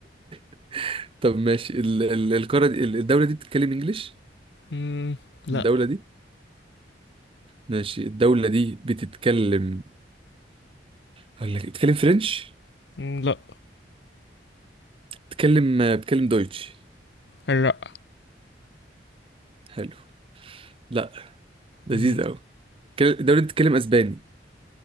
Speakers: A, on the right; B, on the left.
A: <laughs> طب ماشي ال- ال- القارة دي ال- الدولة دي بتتكلم انجليش
B: مم. لا
A: الدولة دي ماشي الدولة دي بتتكلم هقول لك بتتكلم فرنش
B: مم. لا
A: بتكلم بتكلم دويتش
B: لا
A: حلو لا لذيذ
B: مم.
A: قوي الدولة دي بتتكلم اسباني